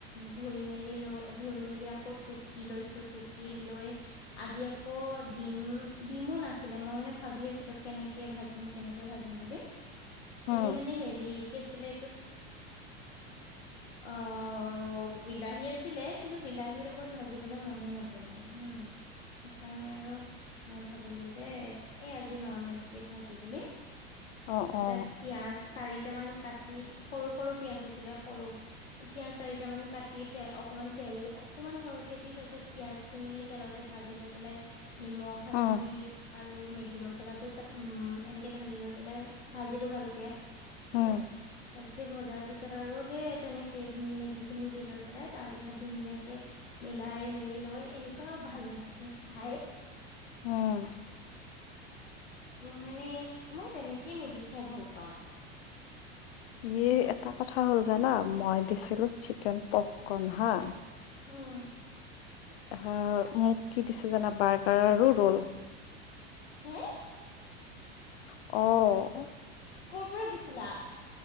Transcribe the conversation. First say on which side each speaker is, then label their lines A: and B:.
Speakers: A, on the left; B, on the left.
A: ধুই মেলি, ল ধুই মেলি আকৌ টুকি লৈছোঁ, টুকি লৈ আজি আকৌ দিম দিমো নাছিলে মই মানে ভাবি আছিলোঁ কেনেকে ভাজিম, কেনেকে ভাজিম বুলি এনে
B: উম
A: মানে হেৰি কি আছিলে, অ' বিলাহী আছিলে কিন্তু, বিলাহীৰ লগত ভাজিবলে মনে নক ক'লে, হম সেইকাৰণে আৰু মই ভাবিলোঁ যে, এই আজি নৰ্মেল কে ভাজোঁ বুলি
B: অ
A: তাৰপিছত
B: অ
A: পিয়াঁজ চাৰিটামান কাটি সৰু সৰু পিয়াঁজ আছিলে সৰু পিয়াঁজ চাৰিটা মান কাটি তে অকনমান তেল অকনমান সৰহকে দি তাৰ পিছত পিয়াঁজ খিনি তেলতে ভাজি লৈ পেলাই নিমখ হালধি
B: উম
A: আৰু মেগী মছলাটো এনেকে ঢালি লৈ পেলাই ভাজিলোঁ ভালকে
B: উম
A: ভালকে ভজাৰ পিছত আৰু সেই তেনেকে মেগী খিনি দি লৈ পেলাই, তাৰ পিছত ধুনীয়াকে মিলাই মেলি লৈ এনেকুৱা ভাল লাগিছে, খাই।
B: উম।
A: উম, মানে মই তেনেকে মেগি খাই ভাল পাওঁ।
B: ইয়ে এটা কথা হ'ল জানা, মই দিছিলো চিকেন পককন হা।
A: উম।
B: <unintelligible> মোক কি দিছে জানা, বাৰ্গাৰ আৰু ৰোল
A: হে
B: অ'।
A: ক'ৰ পৰা দিছিলা?